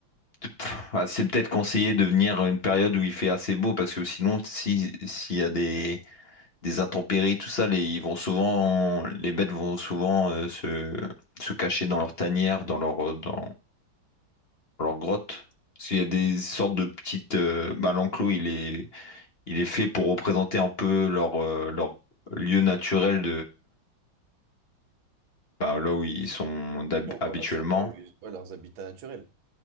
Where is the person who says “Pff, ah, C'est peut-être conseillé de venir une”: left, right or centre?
Left